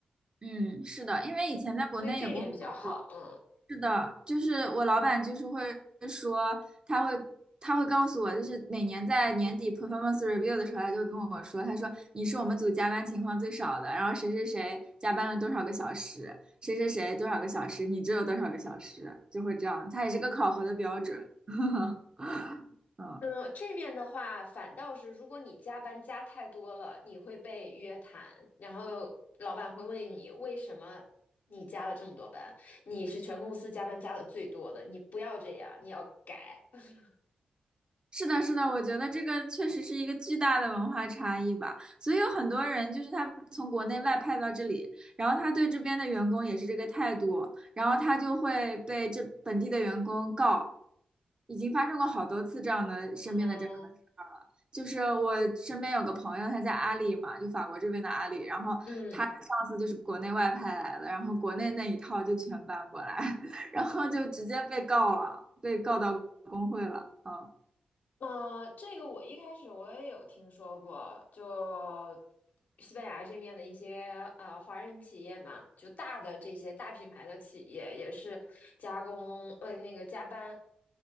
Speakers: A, on the right; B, on the left.
A: 嗯，是的，因为以前在国内也工作过。
B: 所以这一点比较好。嗯
A: 是的，就是我老板就是会说，他会他会告诉我，就是每年在年底 performance review 的时候，他就会跟我说，他说你是我们组加班情况最少的，然后谁谁谁加班了多少个小时，谁谁谁多少个小时，你只有多少个小时，就会这样，他也是个考核的标准。<laughs> 嗯，
B: 嗯，这面的话，反倒是如果你加班加太多了，你会被约谈，然后老板会问你为什么你加了这么多班，你是全公司加班加的最多的，你不要这样，你要改。<laughs>
A: 是的，是的，我觉得这个确实是一个巨大的文化差异吧，所以有很多人就是他从国内外派到这里，然后他对这边的员工也是这个态度，然后他就会被这本地的员工告，已经发生过好多次这样的身边的这样的事儿了。
B: 嗯，
A: 就是我身边有个朋友，他在阿里嘛，就法国这边的阿里，然后他的上司就是国内外派来的，
B: 嗯。
A: 然后国内那一套就全搬过来，<laughs> 然后就直接被告了，被告到工会了，嗯。
B: 呃，这个我一开始我也有听说过，就西班牙这面的一些呃华人企业嘛，就大的这些大品牌的企业也是加工呃那个加班